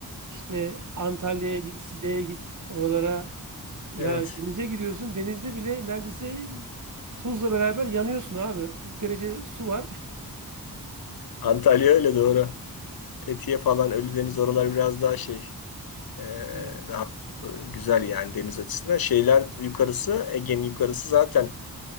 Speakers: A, on the right; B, on the left.
A: işte Antalya'ya git, Side'ye git, oralara ya
B: Evet.
A: denize giriyorsun. Denizde bile neredeyse tuzla beraber yanıyorsun abi. 40 derece su var. <laughs>
B: Antalya öyle doğru. Fethiye falan Ölüdeniz oralar biraz daha şey e,
A: Evet.
B: daha e, güzel yani deniz açısından. Şeyler yukarısı Ege'nin yukarısı zaten